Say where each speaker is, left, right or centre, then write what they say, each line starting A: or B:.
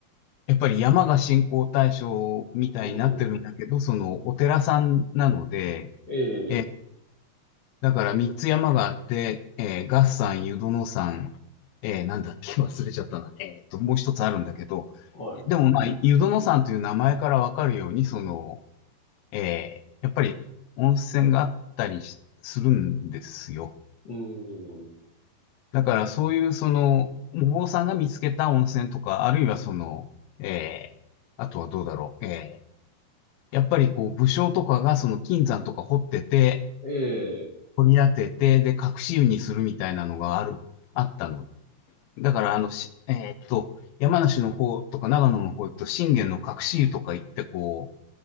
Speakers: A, on the left; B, on the left.
A: やっぱり山が信仰対象みたいになってるんだけど、
B: うん。
A: その、お寺さんなので、
B: ええ、
A: えだから三つ山があって、えー、合山、湯殿山、えー、なんだっけ、<laughs> 忘れちゃったな。えーと、もう一つあるんだけど、
B: はい。
A: でもまあ、湯殿山という名前からわかるように、その、えー、やっぱり温泉があったりしするんですよ。
B: うん。
A: だからそういう、その、お坊さんが見つけた温泉とか、あるいはその、えー、あとはどうだろう。えーやっぱりこう武将とかがその金山とか掘ってて、
B: ええ、
A: 掘り当てて、で、隠し湯にするみたいなのがある、あったの。だから、あの、し、えーっと、山梨の方とか長野の方と信玄の隠し湯とか行って、こ